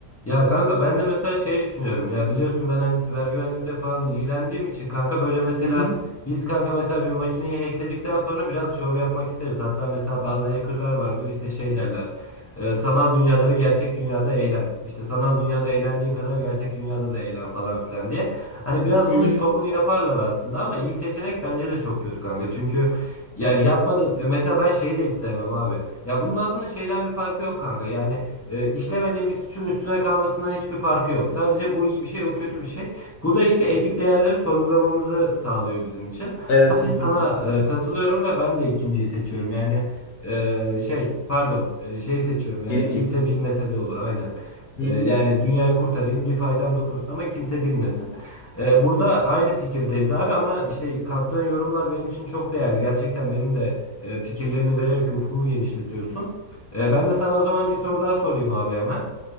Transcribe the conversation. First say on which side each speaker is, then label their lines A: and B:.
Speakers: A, on the left; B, on the left.
A: Ya kanka ben de mesela şey düşünüyorum ya biliyorsun ben hani siber güvenlikle falan ilgilendiğim için kanka böyle mesela
B: Hı hı.
A: biz kanka mesela bir makineyi hackledikten sonra biraz şov yapmak isteriz. Hatta mesela bazı hackerlar vardır işte şey derler e, sanal dünyada ve gerçek dünyada eğlen. İşte sanal dünyada eğlendiğin kadar gerçek dünyada da eğlen falan filan diye. Hani biraz
B: Hı
A: bunun
B: hı.
A: şovunu yaparlar aslında ama ilk seçenek bence de çok kötü kanka çünkü yani yapmadın. e, Mesela ben şeyi de hiç sevmem abi. Ya bunun aslında şeyden bir farkı yok kanka. Yani e, işlemediğin bir suçun üstüne kalmasından hiçbir farkı yok. Sadece bu iyi bir şey, o kötü bir şey. Bu da işte etik değerleri sorgulamamızı sağlıyor bizim için.
B: Evet
A: Ben
B: kesinlikle.
A: de sana e, katılıyorum ve ben de ikinciyi seçiyorum. Yani e, şey, pardon, e, şeyi seçiyorum. Yani
B: Birinci.
A: kimse bilmese de olur, aynen.
B: Hı
A: E,
B: hı.
A: yani dünyayı kurtarayım, bir faydam dokunsun ama kimse bilmesin. Ee, burada aynı fikirdeyiz abi ama işte kattığın yorumlar benim için çok değerli. Gerçekten benim de e, fikirlerini vererek ufkumu genişletiyorsun. Ee, ben de sana o zaman bir soru daha sorayım abi hemen.